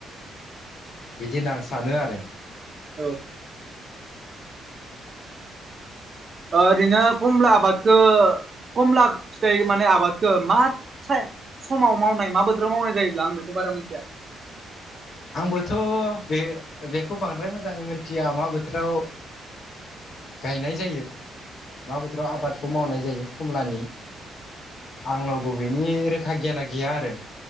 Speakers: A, on the left; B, on the right.
A: बिदिनो आं सानो आरो।
B: औ। ओ ओरैनो खमला आबादखो खमला फिथाइ माने आबाद मा <unintelligible> समाव मावनाय मा बोथोराव मावनाय जायोब्ला आं बेखौ बारा मिथिया।
A: आंबोथ' बे बेखौ बांद्राय मोजाङै मिथिया मा बोथोराव। गायनाय जायो मा बोथोराव आबादखौ मावनाय जायो खमलानि। आंनावबो बिनि रोखा गियाना गैया आरो